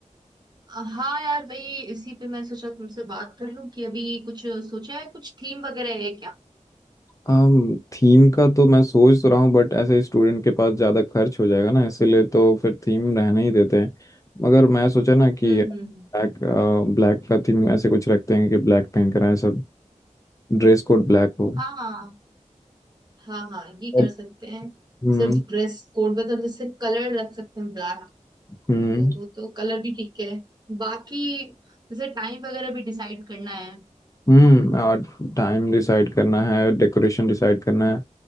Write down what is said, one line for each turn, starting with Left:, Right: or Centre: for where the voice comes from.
Right: अ, हाँ यार वही इसी पे मैं सोचा तुमसे बात कर लूं कि अभी कुछ सोचा है कुछ थीम वगैरह है क्या
Left: um, थीम का तो मैं सोच तो रहा हूँ बट ऐसे स्टूडेंट के पास ज़्यादा खर्च हो जाएगा ना इसलिए तो फिर थीम रहने ही देते हैं मगर मैं सोचा ना कि
Right: हम्म हम्म
Left: ब्लैक ब्लैक का थीम ऐसे कुछ रखते हैं कि ब्लैक पहन कर आए सब ड्रेस कोड ब्लैक हो
Right: हाँ हाँ हाँ हाँ ये
Left: और
Right: कर सकते हैं
Left: हम्म
Right: सिर्फ ड्रेस कोड मतलब जैसे कलर रख सकते हैं ब्लैक
Left: हम्म
Right: तो वो तो कलर भी ठीक है बाकी जैसे टाइम वगैरह भी डिसाइड करना है
Left: हम्म और टाइम डिसाइड करना है डेकोरेशन डिसाइड करना है